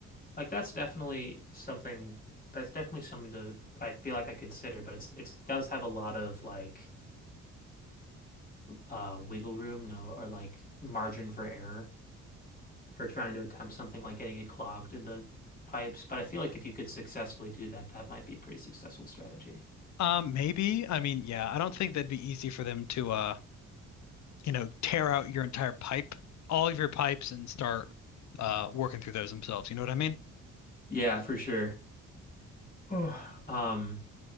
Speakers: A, on the left (about 30°); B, on the left (about 65°).
A: Like that's definitely something that's definitely something to I feel like I consider, but it's it does have a lot of like uh wiggle room, no, or like margin for error for trying to attempt something like getting it clogged in the pipes. But I feel like if you could successfully do that, that might be a pretty successful strategy.
B: Um, maybe. I mean, yeah, I don't think that'd be easy for them to uh you know, tear out your entire pipe, all of your pipes, and start uh, working through those themselves. You know what I mean?
A: Yeah, for sure. <sighs> Um,